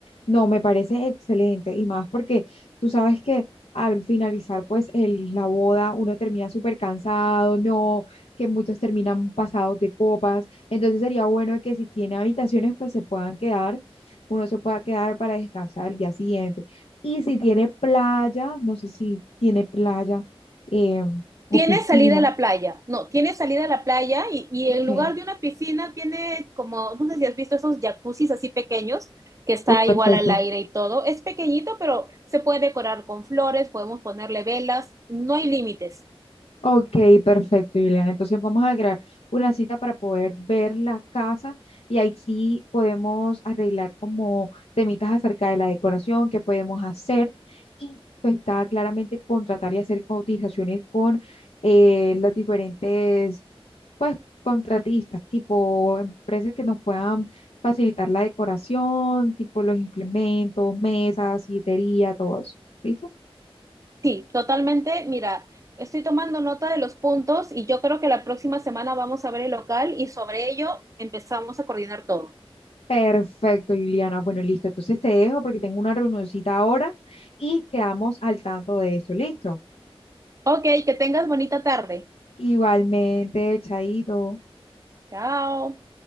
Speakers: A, on the left; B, on the right.
A: No, me parece excelente y más porque tú sabes que al finalizar pues el, la boda uno termina súper cansado, no, que muchos terminan pasados de copas, entonces sería bueno que si tiene habitaciones pues se puedan quedar, uno se pueda quedar para descansar el día siguiente. Y si tiene playa, no sé si tiene playa eh, o
B: Tiene
A: piscina,
B: salida a la playa, no, tiene salida a la playa y, y
A: ok,
B: en lugar de una piscina tiene como, no sé si has visto esos jacuzzis así pequeños, que está
A: uy, perfecto.
B: igual al aire y todo. Es pequeñito, pero se puede decorar con flores, podemos ponerle velas, no hay límites.
A: Ok, perfecto, Juliana. Entonces vamos a crear una cita para poder ver la casa y ahí sí podemos arreglar como temitas acerca de la decoración, qué podemos hacer y pues está claramente contratar y hacer cotizaciones con eh, las diferentes pues contratistas, tipo empresas que nos puedan facilitar la decoración, tipo los implementos, mesas, sillería, todo eso. ¿Listo?
B: Sí, totalmente, mira, estoy tomando nota de los puntos y yo creo que la próxima semana vamos a ver el local y sobre ello empezamos a coordinar todo.
A: Perfecto, Juliana. Bueno, listo. Entonces te dejo porque tengo una reunioncita ahora y quedamos al tanto de esto. Listo.
B: Ok, que tengas bonita tarde.
A: Igualmente, Chaito.
B: Chao.